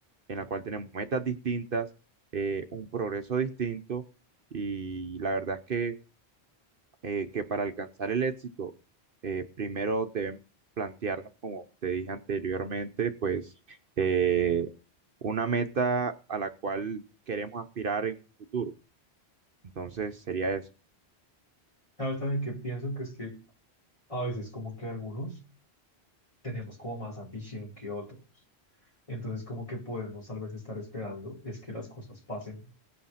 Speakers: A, on the right; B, on the left.
A: en la cual tenemos metas distintas, eh, un progreso distinto y la verdad es que, eh, que para alcanzar el éxito, eh, primero debemos plantearnos, como te dije anteriormente, pues eh, una meta a la cual queremos aspirar en un futuro. Entonces sería eso.
B: sabes también que pienso que es que a veces como que algunos tenemos como más ambición que otros. Entonces como que podemos tal vez estar esperando es que las cosas pasen